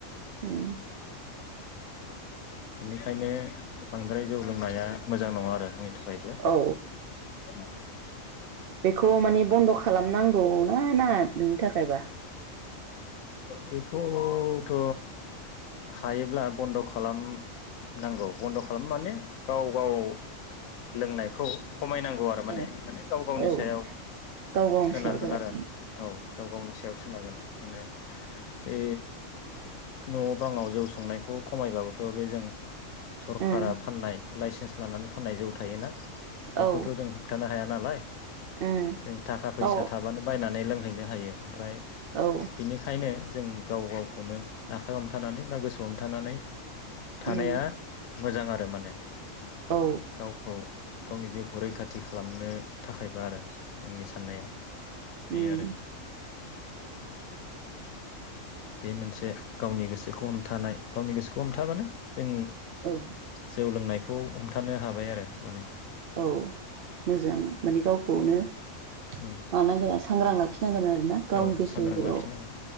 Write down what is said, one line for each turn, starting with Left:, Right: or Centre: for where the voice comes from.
Right: ओम
Left: <inaudible> बेनिखायनो बांद्राय जौ लोंनाया मोजां नङा आरो आंनि थाखायब्ला ओम
Right: औ बेखौ माने बन्द' खालामनांगौ ना नाङा नोंनि थाखायबा
Left: बेखौथ' हायोब्ला बन्द' खालाम नांगौ बन्द' खालाम माने गाव गाव लोंनायखौ खमायनांगौ आरो माने
Right: औ
Left: माने गाव गावनि
Right: औ
Left: सायाव
Right: गाव गावनि
Left: सोनारगोन
Right: सायाव जाबाय
Left: आरो औ गाव गावनि सायाव सोनारगोन माने बे न' बाङाव जौ संनायखौ खमायबाबोथ' बे जों सरकारा
Right: उम
Left: फाननाय लाइसेन्स लानानै फाननाय जौ थायोना बेखौथ'
Right: औ
Left: जों होबथानो हाया नालाय <inaudible>
Right: उम
Left: जों थाखा फैसा
Right: औ
Left: थाबानो बायनानै लों हैैनो हायो ओमफ्राय
Right: औ
Left: बिनिखायनो जों गाव गावखौनो आखाइ हमथा नानै बा गोसो हमथानानै थानाया
Right: उम
Left: मोजां आरो माने
Right: औ
Left: गावखौ गावनि जिउखौ रैखाथि खालामनो थाखायबा आरो आंनि साननायाव बे
Right: उम
Left: आरो बे मोनसे गावनि गोसो खौ हमथानाय गावनि गोसोखौ हमथाबानो जों
Right: औ
Left: जौ लोंनाय खौ हमथानो हाबाय आरो माने
Right: औ मोजां माने गावखौनो <unintelligible>
Left: उम
Right: सांग्रां लाखि नांगोन आरो ना गावनि
Left: औ
Right: गोसोआव
Left: सांग्रां लाखिनांगोन